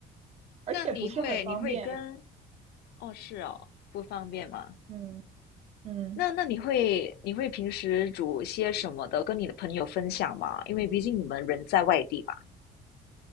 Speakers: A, on the right; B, on the left.
A: 而且不是很方便。
B: 那你会你会跟哦是哦，不方便吗？
A: 嗯嗯。
B: 那那你会你会平时煮些什么的，跟你的朋友分享吗？因为毕竟你们人在外地嘛。